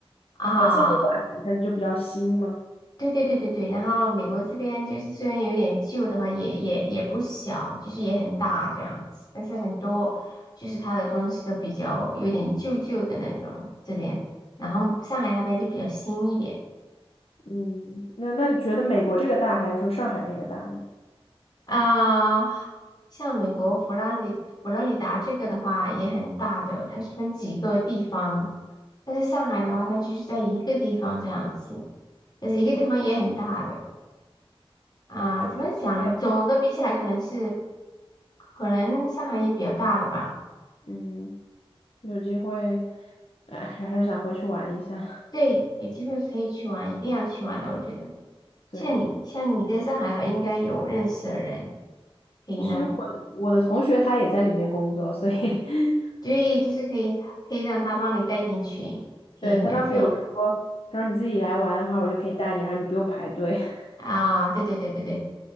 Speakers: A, on the left; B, on the left.
A: <laughs>
B: 啊，建的晚，
A: 啊。
B: 它就比较新嘛。
A: 对对对对对，然后美国这边就是虽然有点旧的话，也也也不小，就是也很大这样子，但是很多就是它的东西都比较有点旧旧的那种这边，然后上海那边就比较新一点。
B: 嗯，那那你觉得美国这个大还是说上海那个大呢？
A: 啊，像美国佛罗里佛罗里达这个的话也很大的，它是分几个地方，但是上海的话，它就是在一个地方这样子，但是一个地方也很大的
B: 啊，
A: 啊，怎么讲呢？
B: 有机会，
A: 总的比起来，可能是可能上海也比较大的吧。
B: 嗯，有机会，哎，还是想回去玩一下。<laughs>
A: 对，有机会可以去玩，一定要去玩的，我觉得。
B: 对。
A: 像你像你在上海的话，应该有认识的人可以那个，
B: 其实我我的同学他也在里面工作，所以 <laughs>
A: 对，就是可以可以让他帮你带进去，可以免费。
B: 对他当时有说，他说你自己来玩的话，我就可以带你，然后你不用排队。<laughs>
A: 啊，对对对对对，